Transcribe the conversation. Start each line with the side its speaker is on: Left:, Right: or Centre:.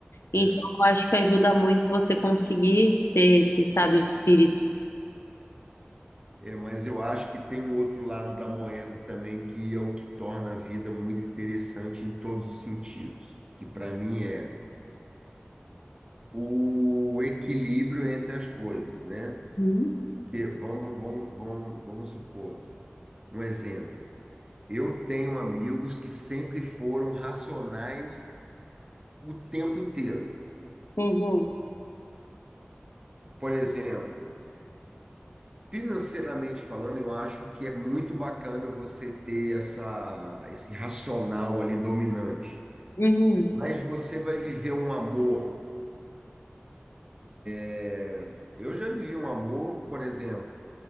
Left: Então,
Right: é.
Left: eu acho que ajuda muito você conseguir ter esse estado de espírito.
Right: É, mas eu acho que tem o outro lado da moeda também, que é o que torna a vida muito interessante em todos os sentidos, que para mim é o equilíbrio entre as coisas, né?
Left: Uhum.
Right: Porque vamos, vamos, vamos, vamos supor, um exemplo. Eu tenho amigos que sempre foram racionais o tempo inteiro.
Left: Uhum.
Right: Por exemplo, financeiramente falando, eu acho que é muito bacana você ter essa, esse racional ali dominante.
Left: Uhum.
Right: Mas você vai viver um amor. é, Eu já vivi um amor, por exemplo,